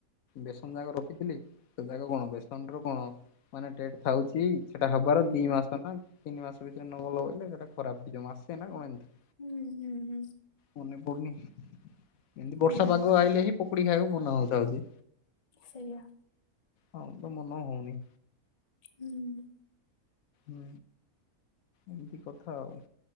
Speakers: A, on the left (about 70°); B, on the left (about 35°).
A: ବେସନ ଯାଗ ରଖିଥିଲି ସେ ଯାଗ କଣ ବେସନ ର କଣ ମାନେ ଡେଟ୍ ଥାଉଛି ସେଟା ହବାର
B: ହୁଁ
A: ଦି
B: ହୁଁ
A: ମାସ ନା ତିିନି ମାସ ଭିତରେ ନ <unintelligible> ସେଟା ଖରାପ ହେଇଯିବ ମାସେ ନା କଣ ଏମତି।
B: ହୁଁ ହୁଁ। ହୁଁ
A: ମନେ ପଡୁନି ଏମିତି ବର୍ଷା
B: ହୁଁ
A: ପାଗ ଆଇଲେ ହିଁ ପକୁଡି ଖାଇବାକୁ ମନ ହଉଥାଉଛି।
B: ସେୟା।
A: ହଁ ତ ମନ ହଉନି।
B: ହୁଁ।
A: ହୁଁ। ଏମିତି କଥା ଆଉ।